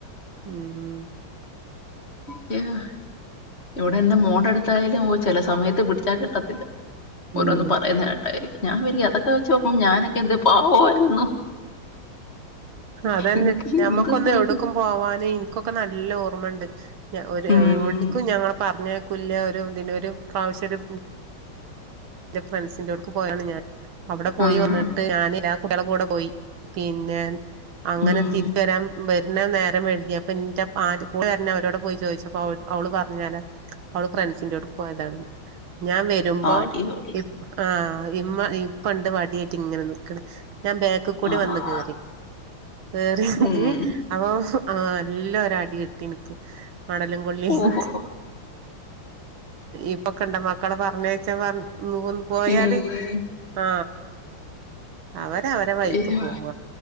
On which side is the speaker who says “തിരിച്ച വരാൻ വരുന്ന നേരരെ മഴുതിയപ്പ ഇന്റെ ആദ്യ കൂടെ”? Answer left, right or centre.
Right